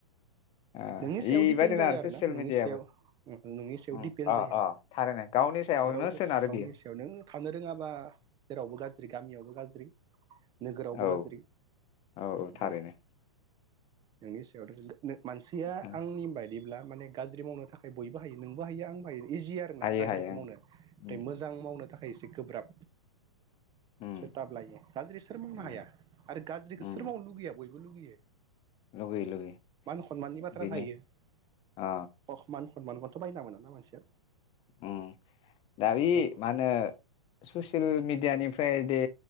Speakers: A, on the left; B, on the right.
A: ओ
B: नोंनि सायाव
A: इबायदिनो
B: डिपेन्ड जायो आरो
A: ससियेल
B: ना नोंनि
A: मिडियाबो
B: सायाव नोंनि सायाव
A: उम
B: डिपेन्ड
A: अ
B: जायो
A: अ थारैनो गावनि सायावनो
B: जेरावबो
A: सोनारो
B: गावनि
A: बियो
B: सायाव नों थानो रोङाबा जेरावबो गाज्रि गामियावबो गाज्रि। नोगोरावबो
A: औ
B: गाज्रि
A: औ औ
B: बि
A: थारैनो
B: रखम नोंनि सायावथ' नो मानसिया
A: ओं
B: आंनि बायदि ब्ला माने गाज्रि मावनो थाखाय बयबो हायो नोंबो हायो आंबो हायो इजि आरो ना
A: हायो
B: गाज्रिखौ
A: हायो
B: मावनो
A: ओं
B: थाय मोजां मावनो थाखा खायसे गोब्राब
A: उम
B: सोर थाब लायो गाज्रि सोर मावनो
A: उम
B: हाया
A: उम
B: आरो गाज्रिखौ
A: उम
B: सोर मावनो लुगैया बयब बोलुगोयो।
A: लुगैयो लुगैयो।
B: खनमाननि बाथ्रा
A: बेनो
B: थायो।
A: अ
B: खनमानखौथ' बायना मोना ना मानसिया
A: उम दा
B: मोनसे
A: बि
B: रावखौ
A: मा होनो ससियेल मिडियानिफ्राय दे